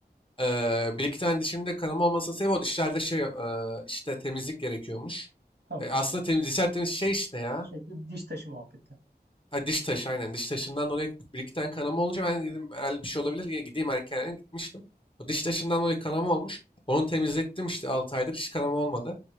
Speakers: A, on the left; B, on the right.
A: Ee, bir iki tane dişimde kanama olmasının sebebi o dişlerde şey e, işte temizlik gerekiyormuş.
B: tamam.
A: E, aslında temiz, dişler temiz şey işte ya.
B: Şey, di- diş taşı muhabbeti.
A: Ha, diş taşı aynen. Diş taşından dolayı bir iki tane kanama olunca ben dedim herhalde bir şey olabilir. Yine gideyim erken gitmiştim. O diş taşından dolayı kanama olmuş. Onu temizlettim işte 6 aydır hiç kanama olmadı.